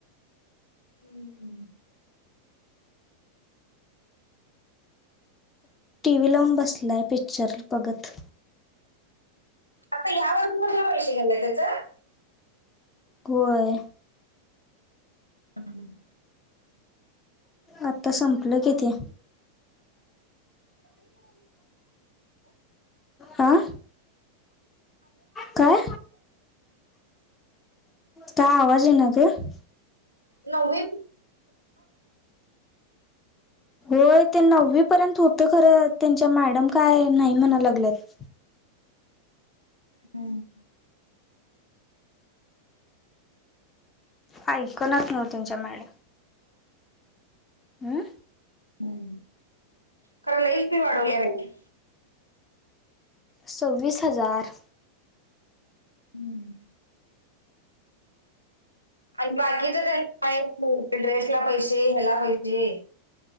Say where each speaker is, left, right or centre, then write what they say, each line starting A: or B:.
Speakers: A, on the left; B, on the left.
A: हम्म हम्. ‌
B: टीव्ही लावून बसलाय पिक्चर बघत.
A: आता ह्या बाजूमधले पैसे गेले त्याच.
B: होय.
A: <unintelligible>
B: आता संपलं की ते. आं. काय, काय आवाज येईना गं.
A: नववी.
B: होय, ते नववी पर्यंत होत खरं, त्यांच्या मॅडम काय नाही म्हणा लागल्यात.
A: हम्म.
B: ऐकनात नव्ह त्यांच्या मॅड हं..
A: हम्, खरं लैच फी वाढवल्या बाई.
B: सव्वीस हजार.
A: हम्म. आणि बाकीच त्यांना ड्रेस ला पैसे हेला पैसे.